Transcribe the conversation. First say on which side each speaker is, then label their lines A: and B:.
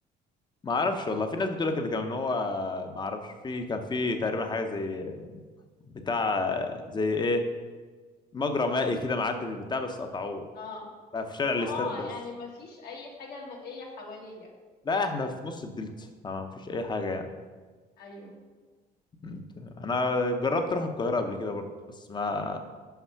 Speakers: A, on the left (about 25°); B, on the left (about 70°).
A: ما اعرفش والله في ناس بتقول لك ان كان هو ما اعرفش في كان في تقريبا حاجة زي بتاع زي ايه مجرى مائي كده معدي بالبتاع بس قطعوه
B: اه
A: بقى في شارع الاستاد
B: اه
A: بس
B: يعني ما فيش اي حاجة مائية حواليا
A: لا احنا في نص الدلتا فما فيش اي حاجه يعني
B: ايوه
A: انت- انا جربت اروح القاهره قبل كده برضه بس ما